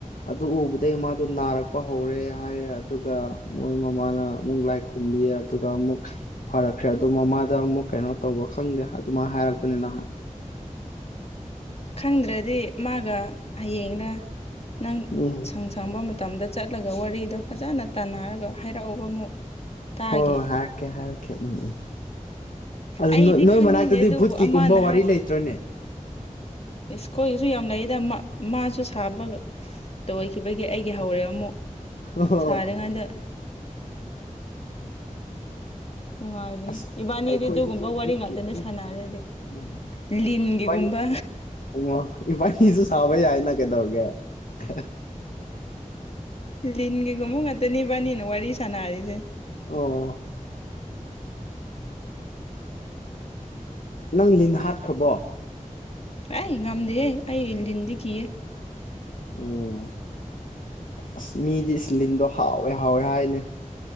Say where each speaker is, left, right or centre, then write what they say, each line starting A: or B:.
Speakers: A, on the left; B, on the left.
A: ꯑꯗꯨ ꯎꯕꯗꯒꯤ ꯃꯥꯗꯣ ꯅꯥꯔꯛꯄ ꯍꯧꯔꯦ ꯍꯥꯏꯔꯦ ꯑꯗꯨꯒ ꯃꯣꯏ ꯃꯃꯥꯅ ꯑꯃꯨꯛ ꯂꯥꯏ ꯈꯨꯔꯨꯝꯕꯤꯌꯦ ꯑꯗꯨꯒ ꯑꯃꯨꯛ ꯐꯔꯛꯈ꯭ꯔꯦ ꯑꯗꯣ ꯃꯃꯥꯗ ꯑꯃꯨꯛ ꯀꯩꯅꯣ ꯇꯧꯕ ꯈꯪꯗꯦ ꯑꯗꯨꯃꯥꯏꯅ ꯍꯥꯏꯔꯛꯄꯅꯦ ꯅꯍꯥꯟ
B: ꯈꯪꯗ꯭ꯔꯗꯤ ꯃꯥꯒ ꯍꯌꯦꯡꯂ ꯅꯪ
A: ꯎꯝ
B: ꯁꯪ ꯁꯪꯕ ꯃ ꯇꯝꯗ ꯆꯠꯂꯒ ꯋꯥꯔꯤꯗꯣ ꯐꯖꯅ ꯇꯥꯟꯅꯔꯒ ꯍꯥꯏꯔꯛꯎꯀꯣ ꯑꯃꯨꯛ ꯇꯥꯒꯦ
A: ꯍꯣꯏ ꯍꯣꯏ ꯍꯥꯏꯔꯀꯦ ꯍꯥꯏꯔꯀꯦ ꯎꯝ ꯎꯝ ꯑꯗꯨ
B: ꯑꯩꯗꯤ
A: ꯅꯣꯏ
B: ꯈꯪꯅꯤꯡꯗꯦ
A: ꯃꯅꯥꯛꯇꯗꯤ
B: ꯑꯗꯨꯕꯨ
A: ꯕꯨꯠꯀꯤꯒꯨꯝꯕ
B: ꯑꯃꯅ
A: ꯋꯥꯔꯤ ꯂꯩꯇ꯭ꯔꯣꯅꯦ
B: ꯁ꯭ꯀꯨꯜꯒꯤꯁꯨ ꯌꯥꯝ ꯂꯩꯌꯦꯗ ꯃꯥ ꯃꯥꯁꯨ ꯁꯥꯕꯒ ꯇꯧꯈꯤꯕꯒꯤ ꯑꯩꯒꯤ ꯍꯧꯔꯦ ꯑꯃꯨꯛ
A: ꯑꯣ
B: ꯁꯥꯔꯤꯉꯩꯗ ꯅꯨꯡꯉꯥꯏꯕꯅꯤ
A: ꯑꯁ
B: ꯏꯕꯥꯅꯤꯗꯤ
A: ꯑꯩꯈꯣꯏꯗꯁꯨ
B: ꯑꯗꯨꯒꯨꯝꯕ ꯋꯥꯔꯤ
A: ꯚꯨꯠꯀꯤ
B: ꯉꯥꯛꯇꯅꯦ ꯁꯥꯟꯅꯔꯗꯤ
A: <unintelligible>
B: ꯂꯤꯟꯒꯤꯒꯨꯝꯕ
A: ꯏꯕꯥꯅꯤ ꯑꯣ ꯏꯕꯥꯅꯤꯁꯨ ꯁꯥꯕ ꯌꯥꯏꯅ ꯀꯩꯗꯧꯔꯒꯦ ꯍꯦ ꯍꯦ
B: ꯂꯤꯟꯒꯤꯒꯨꯝꯕ ꯉꯥꯛꯇꯅꯤ ꯏꯕꯥꯅꯤꯅ ꯋꯥꯔꯤ ꯁꯥꯟꯅꯔꯤꯖꯦ
A: ꯑꯣ ꯅꯪ ꯂꯤꯟ ꯍꯥꯠꯈ꯭ꯔꯕꯣ
B: ꯑꯦ ꯉꯝꯗꯦꯍꯦ ꯑꯩ ꯂꯤꯟꯗꯤ ꯀꯤꯌꯦ
A: ꯑꯣ ꯑꯁ ꯃꯤꯗꯤ ꯏꯁꯂꯤꯟꯗꯣ ꯍꯥꯎꯋꯦ ꯍꯥꯎꯋꯦ ꯍꯥꯏꯅꯦ